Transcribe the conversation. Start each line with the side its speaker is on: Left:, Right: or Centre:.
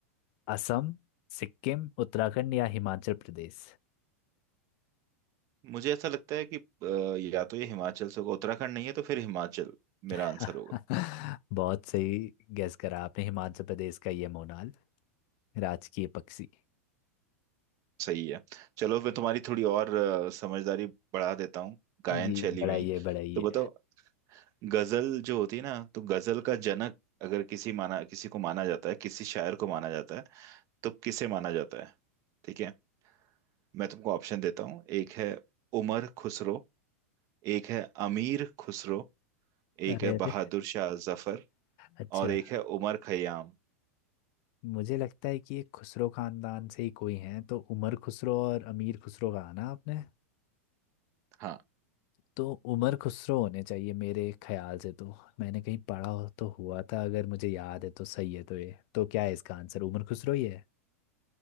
Left: असम सिक्किम उत्तराखंड या हिमाचल प्रदेश
Right: मुझे ऐसा लगता है कि अ, या तो ये हिमाचल से होगा उत्तराखंड नहीं है तो फिर हिमाचल
Left: <laughs>
Right: मेरा आंसर होगा
Left: बहुत सही गैस करा आपने हिमाचल प्रदेश का ये मोनाल राजकीय पक्षी
Right: सही है चलो मैं तुम्हारी थोड़ी और अ, समझदारी बढ़ा देता हूँ गायन
Left: जी
Right: शैली
Left: बढ़ाइए
Right: में ही
Left: बढ़ाइए
Right: तो बताओ गजल जो होती है ना तो गजल का जनक अगर किसी माना किसी को माना जाता है किसी शायर को माना जाता है तो किसे माना जाता है ठीक है मैं तुमको ऑप्शन देता हूँ एक है उमर खुसरो एक है अमीर खुसरो
Left: अरे
Right: एक है
Left: अरे
Right: बहादुर शाह जफर
Left: अच्छा
Right: और एक है उमर खयाम
Left: मुझे लगता है कि ये खुसरो खानदान से ही कोई हैं तो उमर खुसरो और अमीर खुसरो कहा ना आपने
Right: हाँ
Left: तो उमर खुसरो होने चाहिए मेरे ख्याल से तो मैंने कहीं पढ़ा हो तो हुआ था अगर मुझे याद है तो सही है तो ये तो क्या है इसका आंसर उमर खुसरो ही है